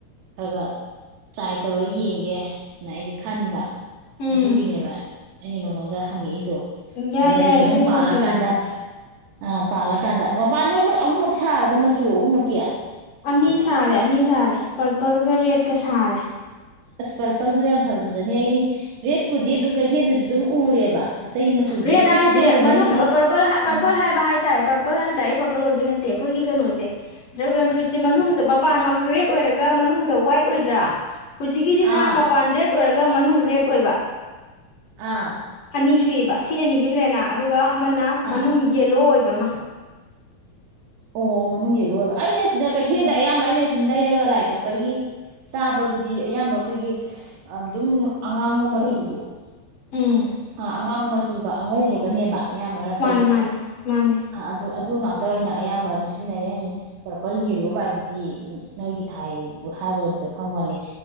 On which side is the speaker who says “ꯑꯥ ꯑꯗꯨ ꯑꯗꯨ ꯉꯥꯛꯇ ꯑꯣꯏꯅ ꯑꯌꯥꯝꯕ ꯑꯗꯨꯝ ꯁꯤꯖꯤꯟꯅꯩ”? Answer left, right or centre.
Right